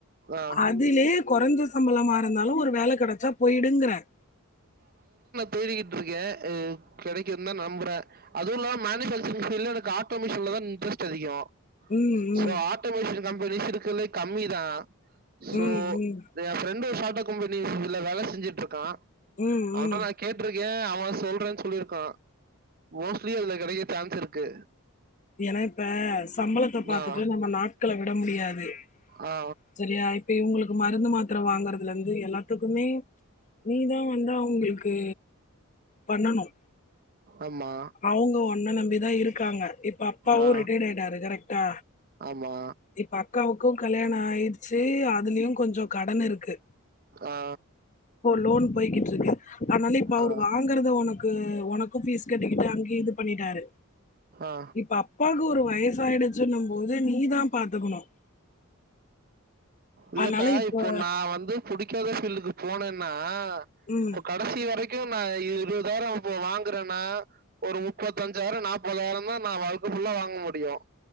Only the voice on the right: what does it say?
ஆ
தேடிகிட்டு இருக்கேன் கிடைக்குது தான் நம்புறே அதுவும் இல்லாம மேனுஃபேக்சரிங் ஃபைல் எனக்கு ஆட்டோமேஷின்ல தான் இன்ட்ரெஸ்ட் அதிகம்
சோ ஆட்டோமஷன் கம்பெனிஸ் இருக்க கம்மி தான் சோ
ஏ ஃபிரெண்ட் தோஷ் ஆட்டோ கம்பெனில வேல செஞ்சுட்டு இருக்கான்
ஆமா
நான் கேட்டுருக் அவன் சொல்றேன்னு சொல்லியிருக்கான் மோஸ்ட்லி அதுல கிடைக்க சான்ஸ் இருக்கு
ஆ,
ஆ,
ஆமா.
ஆ,
ஆமா.
ஆ,
ஆ,
ஆ.
இல்லக்கா
இப்போ நான் வந்து புடிக்காத ப்பீல்டுக்கு போனேன நான்
இப்ப கடைசி வரைக்கும் நான் இருபதாயிரம் இப்ப வாங்குறேன்னா ஒரு முப்பத்தஞ்சாயிரம் நாப்பதாயிரம் தான் நான் வாழ்க்கப்புல்லா வாங்க முடியும்